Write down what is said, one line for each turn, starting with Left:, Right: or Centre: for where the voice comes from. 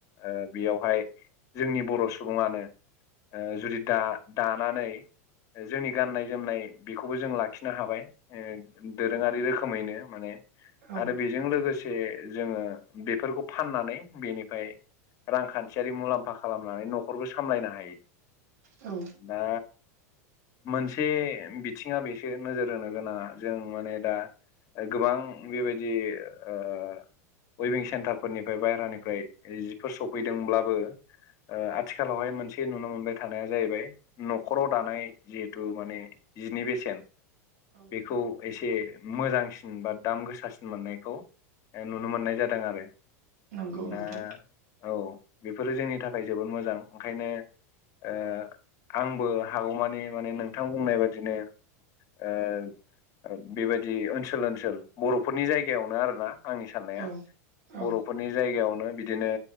Left: ओ बेयावहाय जोंनि बर' सुबुङानो ओ जुदि दा दानानै जोंनि गाननाय जोमनाय बेखौबो जों लाखिनो हाबाय। ओ दोरोङारि रोखोमैनो माने
Right: औ
Left: आरो बे जों लोगोसे जोङो बेफोरखौ फाननानै बेनिफ्राय रांखान्थियारि मुलाम्फा खालामनानै न'खरबो सामलायनो हायो।
Right: औ
Left: दा मोनसे बिथिङा बेसो नोजोर होनो गोनाङा जों माने दा गोबां बेबायदि ओ उइबिं सेन्टारफोरनिफ्राय बायहेरानिफ्राय जिफोर सफैदोंब्लाबो ओ आथिखालावहाय मोनसे नुनो मोनबाय थानाया जाहैबाय नखराव दानाय जिहेथु माने जिनि बेसेन
Right: औ
Left: बेखौ एसे मोजांसिन बा दाम गोसासिन मोननायखौ नुनो मोननाय जादों आरो।
Right: नंगौ नोंथां
Left: दा औ बेफोरो जोंनि थाखाय जोबोद मोजां ओंखायनो ओ आंबो हागौमानि माने नोंथां बुंनाय बादिनो ओ बेबायदि ओनसोल ओनसोल बर'फोरनि जायगायावनो आरोना। आंनि साननाया
Right: औ औ
Left: बर'फोरनि बे जायगायावनो बिदिनो